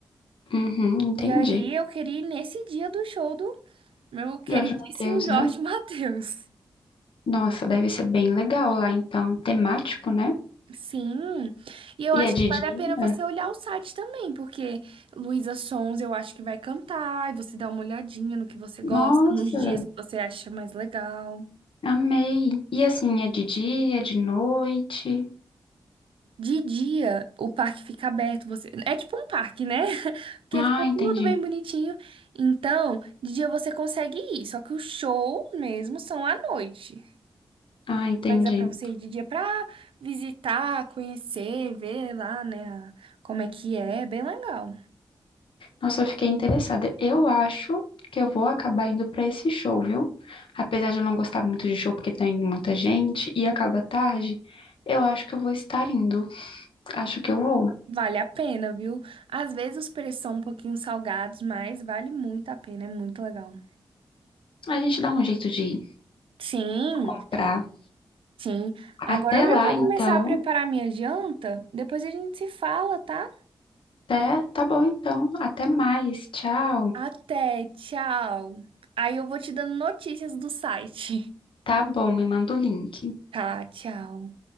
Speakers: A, on the left; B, on the right.
A: Uhum, entendi.
B: E aí eu queria ir nesse dia do show do meu queridíssimo
A: Jorge Mateus,
B: Jorge
A: né?
B: <laughs> Mateus.
A: Nossa, deve ser bem legal lá, então, temático, né?
B: Sim, e eu acho
A: E é de
B: que vale
A: dia?
B: a pena você olhar o site também, porque Luísa Sons eu acho que vai cantar, e você dá uma olhadinha no que você gosta,
A: Nossa,
B: nos dias que você acha mais legal.
A: amei. E assim, é de dia, é de noite?
B: De dia, o parque fica aberto, você... É tipo um parque, né? <laughs> Porque
A: Ah,
B: fica
A: entendi.
B: tudo bem bonitinho. Então, de dia você consegue ir, só que o show mesmo são à noite.
A: Ah, entendi.
B: Mas dá pra você ir de dia pra visitar, conhecer, ver lá, né, como é que é, é bem legal.
A: Nossa, eu fiquei interessada. Eu acho que eu vou acabar indo pra esse show, viu? Apesar de eu não gostar muito de show porque tem muita gente e acaba tarde, eu acho que eu vou estar indo. Acho que eu vou.
B: Vale a pena, viu? Às vezes os preços são um pouquinho salgados, mas vale muito a pena, é muito legal.
A: A gente dá um jeito de
B: Sim,
A: comprar.
B: sim. Agora
A: Até
B: eu já
A: lá,
B: vou
A: então.
B: começar a preparar minha janta. Depois a gente se fala, tá?
A: É, tá bom então. Até mais. Tchau.
B: Até, tchau. Aí eu vou te dando notícias do site. <laughs>
A: Tá bom, me manda o link.
B: Tá, tchau.